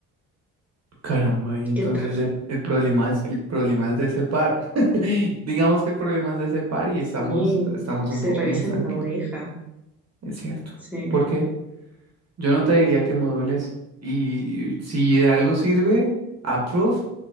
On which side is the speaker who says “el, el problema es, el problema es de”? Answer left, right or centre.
Right